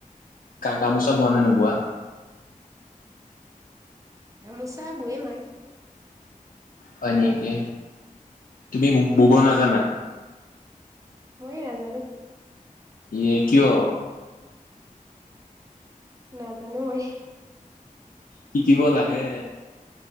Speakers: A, on the left; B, on the right.
A: গা- গামোচা বোৱা নে নোবোৱা?
B: গামোচা বয়ে মাই।
A: হয় নেকি? তুমি
B: উম
A: ব'ব নাজানা?
B: মই নাজানো।
A: ইয়ে কিয়?
B: নাজানোয়েই।
A: শিকিব লাগে।